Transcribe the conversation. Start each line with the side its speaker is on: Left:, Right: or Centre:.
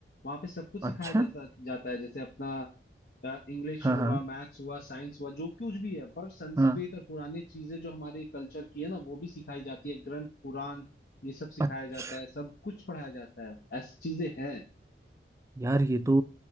Left: वहाँ पे सब कुछ सिखाया
Right: अच्छा
Left: जाता जाता है जैसे अपना इंग्लिश
Right: हाँ
Left: हुआ
Right: हाँ
Left: मैथ्स हुआ साइंस हुआ जो कुछ भी है पर संस्कृत
Right: हाँ
Left: और पुरानी चीजें जो हमारे कल्चर की है ना वो भी सिखाई जाती है ग्रंथ पुराण ये सब सिखाया
Right: अच्छा
Left: जाता है सब कुछ पढ़ाया जाता है ऐसी चीजें हैं
Right: यार ये तो